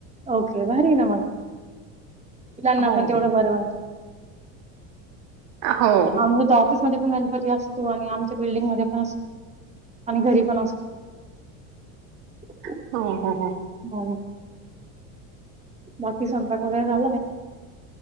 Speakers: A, on the right; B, on the right.
A: ओके. भारिय ना मग. त्यांना
B: हो
A: पण
B: हो.
A: तेवढं बरं वाटतं.
B: हो,
A: आमच्या तर ऑफिसमध्ये पण गणपती असतो आणि आमच्या बिल्डिंग मध्ये पण असतो आणि घरी पण असतो. <inaudible>
B: हो हो हो.
A: <unintelligible> बाकी स्वयंपाक वगैरे झाला ना?